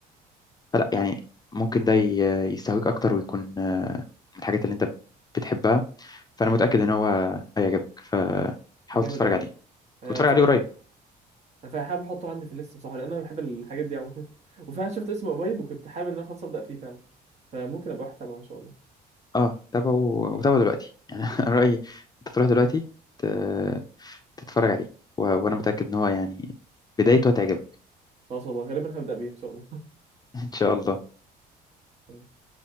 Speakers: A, on the left (about 25°); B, on the right (about 40°).
A: فلا يعني ممكن ده ي- يستهويك اكتر ويكون آه، من الحاجات اللي انت بتحبها فانا متاكد ان هو هيعجبك فحاول
B: جامد
A: تتفرج
B: قوي
A: عليه
B: آه
A: وتتفرج
B: فعلا
A: عليه قريب
B: فحابب احطه عندي في الليست بصراحه لان انا بحب الحاجات دي عموما <laughs> وفعلا شفت اسمه قريب وكنت حابب ان انا خلاص ابدا فيه فعلا فممكن ابقى واحد تابعه ان شاء الله
A: اه تابعه وتابعه دلوقتي يعني <laughs> أنا رايي انت تروح دلوقتي ت- تتفرج عليه و... وانا متاكد ان هو يعني بدايته هتعجبك
B: خلاص والله غالبا هبدا بيه ان شاء الله
A: إن شاء الله
B: <laughs>